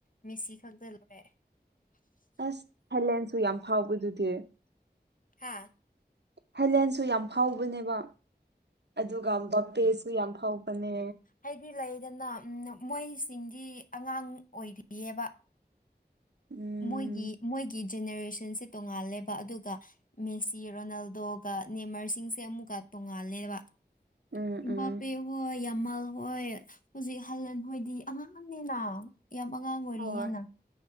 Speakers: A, on the left; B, on the right.
A: ꯃꯦꯁꯤ ꯈꯛꯇ ꯂꯣꯏꯔꯦ
B: ꯑꯁ ꯍꯦꯂꯦꯟꯁꯨ ꯌꯥꯝ ꯐꯥꯎꯕꯗꯨꯗꯤ
A: ꯍꯥꯥ
B: ꯍ‌ꯦꯂꯦꯟꯁꯨ ꯌꯥꯝ ꯐꯥꯎꯕꯅꯦꯕ ꯑꯗꯨꯒ ꯕꯥꯄꯦꯁꯨ ꯑꯗꯨ ꯌꯥꯝ ꯐꯥꯎꯕꯅꯦ
A: ꯍꯥꯏꯗꯤ ꯂꯩꯗꯅ ꯃꯣꯏꯁꯤꯡꯗꯤ ꯑꯉꯥꯡ ꯑꯣꯏꯔꯤꯌꯦꯕ
B: ꯎꯝ
A: ꯃꯣꯏꯒꯤ ꯃꯣꯏꯒꯤ ꯖꯦꯅꯦꯔꯦꯁꯟꯁꯦ ꯇꯣꯡꯉꯥꯜꯂꯦꯕ ꯑꯗꯨꯒ ꯃꯦꯁꯤ ꯔꯣꯅꯥꯜꯗꯣꯒ ꯅꯦꯃꯔꯁꯤꯡꯁꯦ ꯑꯃꯨꯛꯀ ꯇꯣꯡꯉꯥꯜꯂꯦꯕ
B: ꯎꯝ
A: ꯏꯝꯕꯥꯄꯦ
B: ꯎꯝ
A: ꯍꯣꯏ ꯌꯥꯝꯃꯜ ꯍꯣꯏ ꯍꯧꯖꯤꯛ ꯍꯜꯂꯥꯟ ꯍꯣꯏꯗꯤ ꯑꯉꯥꯡꯅꯤꯅ ꯌꯥꯝ ꯑꯉꯥꯡ ꯑꯣꯏꯔꯤꯌꯦꯅ
B: ꯍꯣꯏ